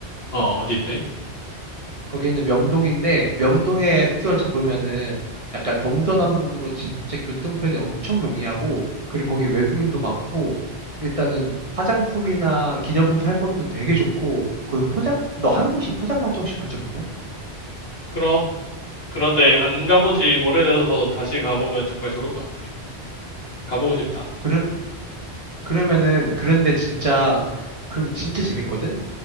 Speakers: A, on the left (about 65°); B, on the right (about 30°).
A: 어 어딘데?
B: 거기는 명동인데 명동에 숙소를 잡으면은 약간 동서남북으로 진짜 교통편이 엄청 용이하고 그리고 거기 외국인도 많고 일단은 화장품이나 기념품 살 것도 되게 좋고 그리고 포장 너 한국식 포장마차 혹시 본 적 있냐?
A: 그럼 그런데 안 가본 지 오래돼서 다시 가보면 정말 좋을 것 같아. 가보고 싶다.
B: 그럼 그러면은 그런데 진짜 그런데 진짜 재밌거든?